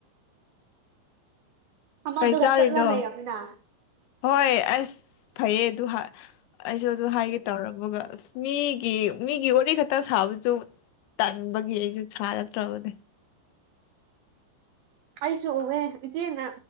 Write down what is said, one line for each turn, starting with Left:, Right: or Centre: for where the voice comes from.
Right: ꯑꯃꯗꯨꯒ
Left: ꯀꯔꯤ ꯆꯥꯔꯤꯅꯣ
Right: ꯆꯠꯂ ꯂꯩꯔꯝꯃꯤꯅ
Left: ꯍꯣꯏ ꯑꯁ ꯐꯩꯌꯦ ꯑꯗꯨ ꯑꯩꯁꯨ ꯑꯗꯨ ꯍꯥꯏꯒꯦ ꯇꯧꯔꯝꯃꯒ ꯑꯁ ꯃꯤꯒꯤ ꯃꯤꯒꯤ ꯋꯥꯔꯤ ꯈꯛꯇꯪ ꯁꯥꯕꯁꯨ ꯇꯟꯕꯒꯤ ꯑꯩꯁꯨ ꯁꯥꯔꯛꯇ꯭ꯔꯕꯅꯦ
Right: ꯑꯩꯁꯨ ꯎꯑꯦ ꯏꯆꯦꯅ